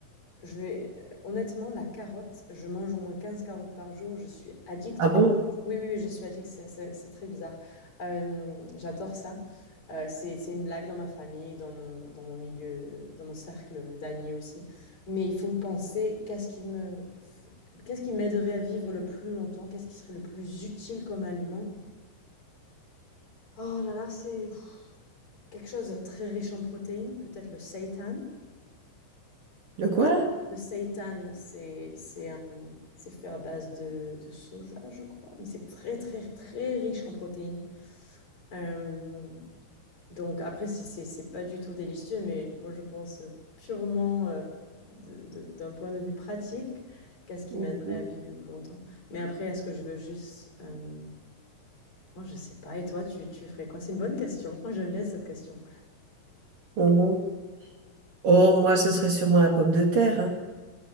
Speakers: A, on the left (about 35°); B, on the right (about 50°).
A: Je vais honnêtement, la carotte, je mange au moins 15 carottes par jour, je suis addict
B: Ah
A: aux
B: bon?
A: carottes. Oui, oui, oui, je suis addict, c'est c'est- c'est très bizarre. Euh, j'adore ça. Euh, c'est c'est une blague dans ma famille, dans mon, dans mon milieu, dans mon cercle d'amis aussi. Mais il faut penser qu'est-ce qui me, f- qu'est-ce qui m'aiderait à vivre le plus longtemps, qu'est-ce qui serait le plus utile comme aliment. Oh là là, c'est quelque chose de très riche en protéines, peut-être le seitan.
B: Le quoi?
A: Le seitan, c'est c'est un C'est fait à base de, de soja, je crois, mais c'est très très très riche en protéines. Euh, donc après, c'est c'est- c'est pas du tout délicieux, mais moi je pense purement euh, de- de- d'un point de vue pratique qu'à ce qui
B: Mhm.
A: m'aiderait à vivre le plus longtemps. Mais après, est-ce que je veux juste... euh, moi je sais pas, et toi tu, tu ferais quoi? C'est une bonne question, Oh, j'aime bien cette question.
B: Mhm. Oh, moi, ce serait sûrement la pomme de terre.